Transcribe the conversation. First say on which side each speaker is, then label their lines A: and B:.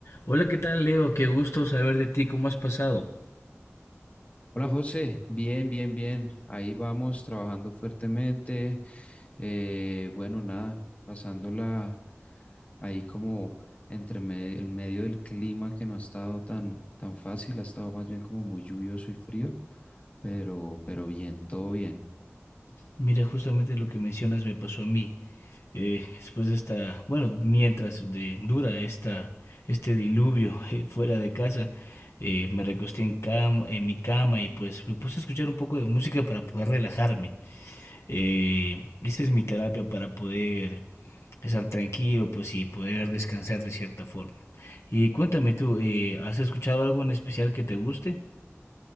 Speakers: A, on the left; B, on the left.
A: Hola, ¿qué tal Leo? Qué gusto saber de ti, ¿cómo has pasado?
B: Hola José, bien, bien, bien. Ahí vamos trabajando fuertemente. Eh, bueno, nada, pasándola ahí como entre me- en medio del clima que no ha estado tan, tan fácil, ha estado más bien como muy lluvioso y frío, pero, pero bien, todo bien.
A: Mira, justamente lo que mencionas me pasó a mí. Eh, después de esta, bueno, mientras de, dura esta, este diluvio <laughs> eh, fuera de casa, eh, me recosté en, cama, en mi cama y pues me puse a escuchar un poco de música para poder relajarme. Eh, esa es mi terapia para poder estar tranquilo, pues y poder descansar de cierta forma. Y cuéntame tú, eh, ¿has escuchado algo en especial que te guste?